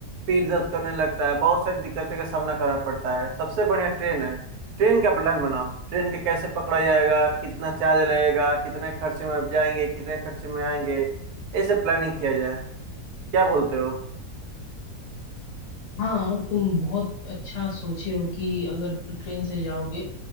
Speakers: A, on the right (about 70°); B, on the left (about 70°).
A: पीठ दर्द करने लगता है बहुत सारी दिक्कतें का सामना करना पड़ता है सबसे बढ़िया ट्रेन है ट्रेन का प्लान बनाओ ट्रेन के कैसे पकड़ा जाएगा कितना चार्ज लगेगा कितने खर्चे में जाएंगे कितने खर्चे में आएंगे ऐसे प्लानिंग किया जाए क्या बोलते हो
B: हाँ तुम बहुत अच्छा सोचे हो कि अगर ट्रेन से जाओगे